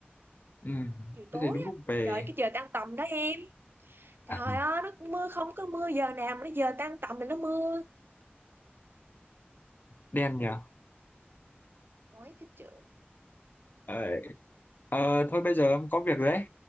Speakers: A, on the left; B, on the right.
A: ừ,
B: chiều
A: thế
B: tối
A: thì đúng lúc
B: á
A: về
B: trời ơi, cái giờ tan tầm đó em trời
A: <laughs>
B: ơi nó mưa không có mưa giờ nào mà nó giờ tan tầm thì nó mưa
A: đen nhờ
B: Ôi cái chữ
A: ờ, ờ, thôi bây giờ em có việc rồi đấy